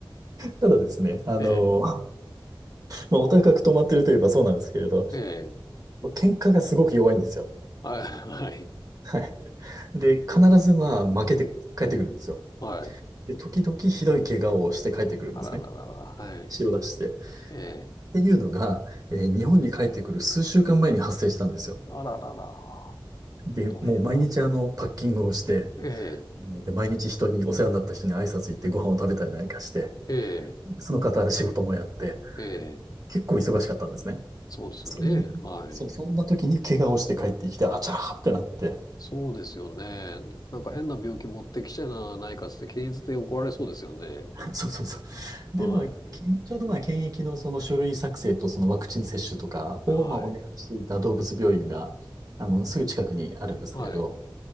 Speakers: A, on the right; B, on the left.
A: ただですね、あの、
B: ええ。
A: まあ、お高く止まってるといえばそうなんですけれど、
B: ええ、
A: 喧嘩がすごく弱いんですよ。
B: はい、はい、
A: はいで、必ずまあ負けて帰ってくるんですよ。
B: はい。
A: で、時々ひどい怪我をして帰ってくるんですね。
B: あらららら、はい。
A: 血を出して。っ
B: ええ、
A: ていうのが、えー日本に帰ってくる数週間前に発生したんですよ。
B: あららら、
A: で、
B: 大変だ。
A: もう毎日あの、パッキングをして、
B: ええ、
A: で、毎日人に、お世話になった人に挨拶行ってご飯を食べたりなんかして、
B: ええ、
A: その傍ら仕事もやって、
B: ええ、
A: 結構忙しかったんですね。
B: そうですよね。
A: そん、
B: はい。
A: そ、そんな時に怪我をして帰ってきて、あちゃーってなって、
B: そうですよね。なんか変な病気持ってきちゃないかっつって検閲で怒られそうですよね。
A: そうそうそう。
B: は
A: で、まあ、きちょうどまあ、検疫のその書類作成とそのワクチン接種とかをまあ、
B: い、はい、
A: お願いしていた動物病院が、あの、すぐ近くにあるんですけれど、
B: はい。